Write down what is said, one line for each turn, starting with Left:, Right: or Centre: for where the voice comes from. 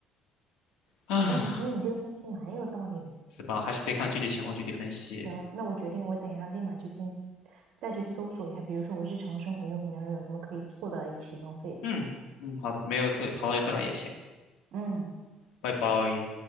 Left: 啊，
Right: 哎，我觉得你这个分析蛮有道理的。
Left: 是吧？还是得看具体情况具体分析。
Right: 行了，那我决定，我等一下立马就先再去搜索一下，比如说我日常生活用品当中有什么可以凑到一起浪费的
Left: 嗯嗯，好的，没有客朋友客感也行，
Right: 嗯，
Left: 拜拜。